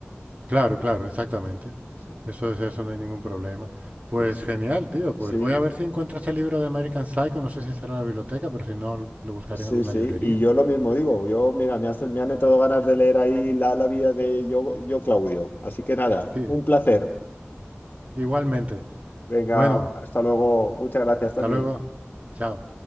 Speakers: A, on the right; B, on the left.
A: Claro,
B: Sí,
A: claro, exactamente.
B: sí,
A: Eso es eso, no hay ningún problema. Pues
B: sí, sí.
A: genial, tío.
B: Sí,
A: Pues voy a ver si encuentro ese libro de American Psycho. No sé si estará en la biblioteca, pero si no, lo buscaré
B: sí,
A: en alguna
B: sí. sí, sí.
A: librería.
B: Y yo lo mismo digo, yo, mira, me, has- me han entrado ganas de leer ahí la, la vida de yo, yo, Claudio. Así que nada,
A: Sí,
B: un placer.
A: igualmente.
B: Venga,
A: Bueno,
B: hasta luego. Muchas gracias,
A: hasta
B: Tony.
A: luego. Chao.